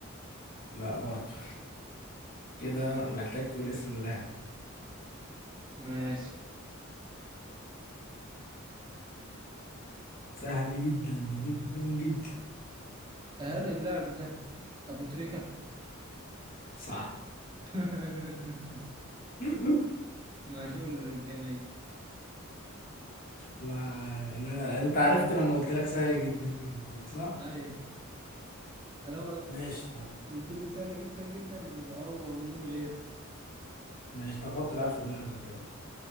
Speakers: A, on the left; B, on the right.
A: لا برضه كده محتاج تقول اسم اللاعب
B: ماشي
A: سهل جدا جدا جدا
B: هل اللاعب ده أبو تريكة
A: صح
B: <laughs>
A: <laughs>
B: معشوق الجماهير
A: ما أنا... انت عرفت لما قلت لك سهل جدا جدا صح
B: أي طالما
A: ماشي خلاص.
B: قلت لي سهل جدا جدا يبقى هو مين غير
A: ماشي طب حط لاعب في دماغك يلا